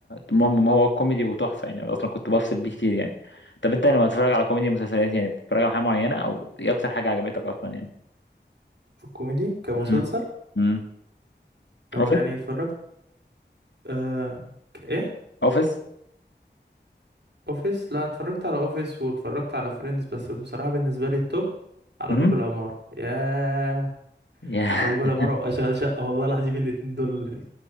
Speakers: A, on the left; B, on the right.
A: المهم ما هو كوميدي وتحفة يعني اصلا كنت بفصل بيه كتير يعني طب انت لما بتتفرج على كوميدي مسلسلات يعني بتتفرج على حاجة معينة او ايه اكتر حاجة عجبتك اصلا يعني
B: في الكوميدي كمسلسل
A: مم. مم.
B: كم
A: اوفيس
B: يعني اتفرجت آه ك- ايه
A: اوفيس
B: اوفيس لا اتفرجت على اوفيس واتفرجت على فريندز بس بصراحة بالنسبة لي التوب على
A: مم.
B: باب العمارة ياه
A: يا
B: على باب العمارة
A: <laughs>
B: وأشغال شقة والله العظيم الاتنين دول